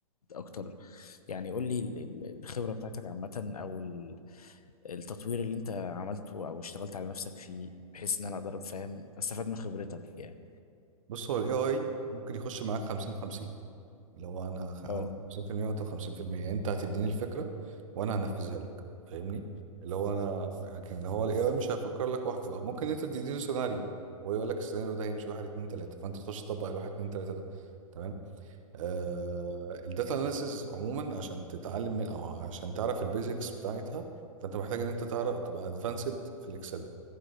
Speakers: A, on the left; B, on the right.
A: اكتر يعني قول لي ال- ال- الخبرة بتاعتك عامة او ال- التطوير اللي انت عملته او اشتغلت على نفسك فيه بحيث ان انا اقدر افهم استفاد من خبرتك يعني
B: بص هو الاي اي ممكن يخش معاك 50 50 لو انا خ- انا
A: اه
B: 50% وانت 50% انت هتديني الفكره وانا هنفذها لك فاهمني اللي هو انا لكن هو الاي اي مش هيفكر لك وحده أو ممكن انت تديني سيناريو وهو يقول لك السيناريو ده هيمشي واحد اتنين تلاته فانت تخش تطبق الواحد اتنين تلاته ده تمام آه الداتا اناليسز عموما عشان تتعلم من او عشان تعرف البيزكس بتاعتها فانت محتاج ان انت تعرف تبقى ادفانسد في الاكسل